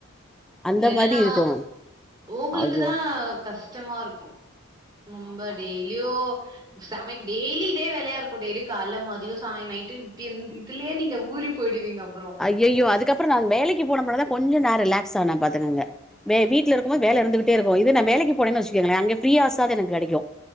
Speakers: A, on the right (about 20°); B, in the centre.
A: இத்லென்னன்னா
B: அந்த மாதி இருக்கு
A: உங்களுக்கு
B: ஐயோ
A: தா கஷ் டமாருக்கு நம்ப டெய்லியு சமை டெய்லி இதே வேலயாருக்கு டெய்லி கால்ல மதியோ சாய நைட்டு இப்டி இந் இதுலயே நீங்க ஊரி போய்டுவீங்க அப்புறோ
B: அய்யய்யோ அதுக்கப்பறோ நா வேலைக்கு போனப்பர தா கொஞ்சோ நா ரிலாக்ஸ் ஆன பாத்துக்கங்க வே வீட்ல இருக்குமாபோத் வேல இருந்துகிட்டே இருக்கு இதே நா வேலைக்கு போனேன் வச்சுக்கேங்கல அங்க ஃபிரியா ஆசாது எனக் கெடைக்கு